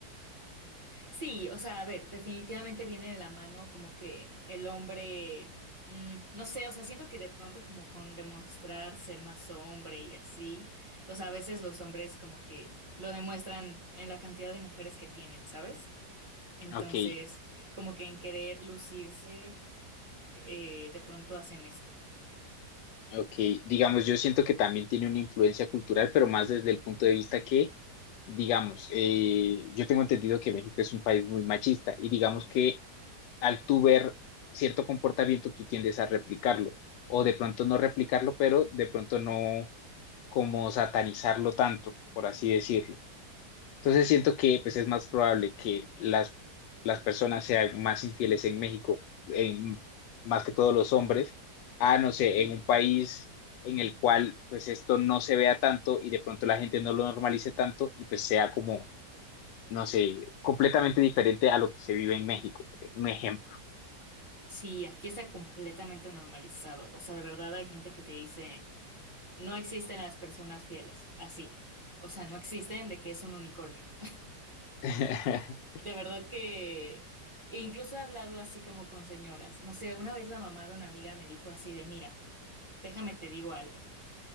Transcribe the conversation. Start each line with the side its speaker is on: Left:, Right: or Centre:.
Right: Sí, o sea, a ver, definitivamente viene de la mano como que el hombre, mm, no sé, o sea, siento que de pronto como con demostrar ser más hombre y así, o sea, a veces los hombres como que lo demuestran en la cantidad de mujeres que tienen, ¿sabes? Entonces,
Left: Ok,
Right: como que en querer lucirse, eh, de pronto hacen esto.
Left: ok. Digamos, yo siento que también tiene una influencia cultural, pero más desde el punto de vista que, digamos, eh, yo tengo entendido que México es un país muy machista y digamos que al tú ver cierto comportamiento, tú tiendes a replicarlo, o de pronto no replicarlo, pero de pronto no como satanizarlo tanto, por así decirlo. Entonces siento que pues es más probable que las, las personas sean más infieles en México, en- más que todos los hombres, a no sé, en un país en el cual pues esto no se vea tanto y de pronto la gente no lo normalice tanto y pues sea como, no sé, completamente diferente a lo que se vive en México, por un ejemplo.
Right: Sí, aquí está completamente normalizado, o sea, de verdad hay gente que te dice, no existen las personas fieles, así, o sea, no existen de que es un unicornio.
Left: <laughs>
Right: De verdad que e incluso he hablado así como con señoras. No sé, una vez la mamá de una amiga me dijo así de, mira, déjame te digo algo.